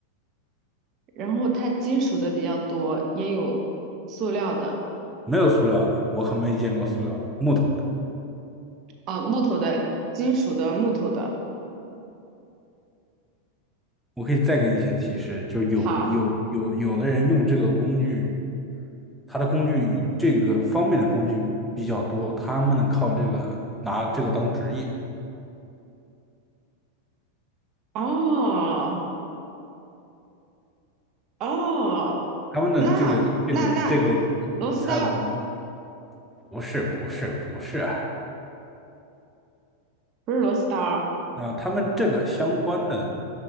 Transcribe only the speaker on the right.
然后它金属的比较多，也有塑料的，
啊，木头的、金属的、木头的。
好，
哦哦，
那那那螺丝刀
不是螺丝刀儿